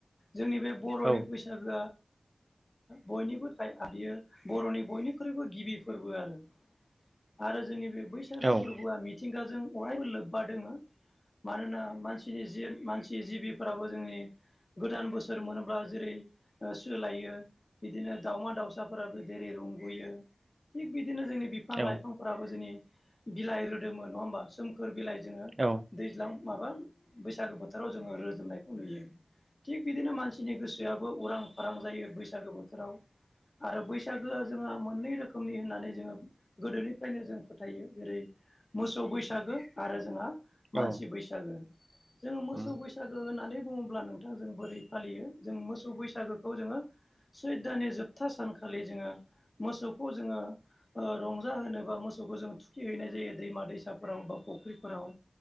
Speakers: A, on the left; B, on the right.
A: जोंनि बे बर'नि
B: औ
A: बैसागोआ बयनिबो बियो बर'नि बयनिख्रुइबो गिबि फोरबो आरो। आरो जोंनि बे बैसागो
B: औ
A: फोरबोआ मिथिंगाजों अरायबो लोब्बा दोङो मानोना मानसिनि जि मानसि जिबिफोराबो जोंनि गोदान बोसोर मोनोब्ला जेरै सोलायो बिदिनो दाउमा दाउसाफोराबो जेरै रंग'यो थिग बिदिनो जोंनि बिफां
B: औ
A: लाइफां फोराबो जोंनि बिलाइ रोदोममोन नङा होमबा सोमखोर बिलाइ जोङो
B: औ
A: दैज्लां माबा बैसागो बोथोराव जोङो रोजोबनायखौ नुयो थिग बिदिनो मानसिनि गोसोआबो उरां फारां जायो बैसागो बोथोराव आरो बैसागोआ जोङो मोननै रोखोमनि होननानै जोङो गोदोनिफ्रायनो जों फोथायो जेरै मोसौ बैसागो आरो जोंहा मानसि
B: औ
A: बैसागु जोङो मोसौ
B: उम
A: बै बैसागो होननानै बुङोब्ला नोंथां जों बोरै फालियो जों मोसौ बैसागोखौ जोङो सैदानि जोबथा सानखालि जोङो मोसौखौ जोङो रंजा होनोबा मोसौखौ जोङ थुखिहैनाय जायो दैमा दैसाफोराव बा फुख्रिफोराव